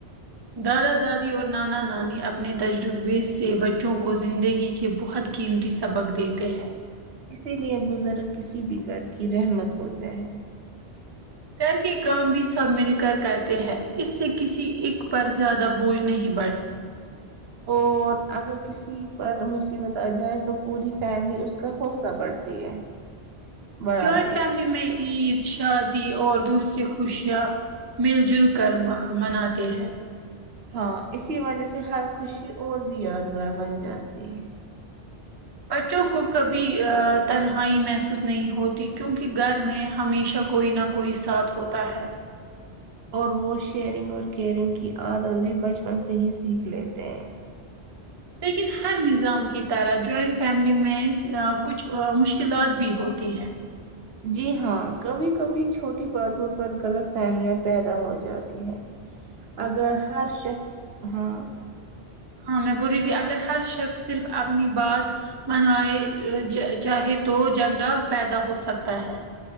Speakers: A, on the right; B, on the right.
A: دادا دادی اور نانا نانی اپنے تجربے سے بچوں کو زندگی کے بہت قیمتی سبق دیتے ہیں
B: اسی لیے بزرگ کسی بھی گھر کی رحمت ہوتے ہیں
A: گھر کے کام بھی سب مل کر کرتے ہیں اس سے کسی ایک پر زیادہ بوجھ نہیں بڑھ
B: اور اگر کسی پر مصیبت آ جائے تو پوری فیملی اس کا حوصلہ بڑھتی ہے بڑھاتی
A: جوائنٹ فیملی
B: ہے
A: میں عید شادی اور دوسری خوشیاں مل جل کر مناتے ہیں
B: ہاں اسی وجہ سے ہر خوشی اور بھی یادگار بن جاتی ہے
A: بچوں کو کبھی تنہائی محسوس نہیں ہوتی کیونکہ گھر میں ہمیشہ کوئی نہ کوئی ساتھ ہوتا ہے
B: اور وہ شیئرنگ اور کیئرنگ کی عادت بھی بچپن سے ہی سیکھ لیتے ہیں
A: لیکن ہر نظام کی طرح جوائنٹ فیملی میں کچھ مشکلات بھی ہوتی ہے
B: جی ہاں کبھی کبھی چھوٹی باتوں پر غلط فہمیاں پیدا ہو جاتی ہے
A: <inaudible>
B: اگر ہر شک ہاں
A: ہاں میں بوول رہی تھی اگر ہر شخص صرف اپنی بات منوائے چاہے تو جگڑا پیدا ہو سکتا ہے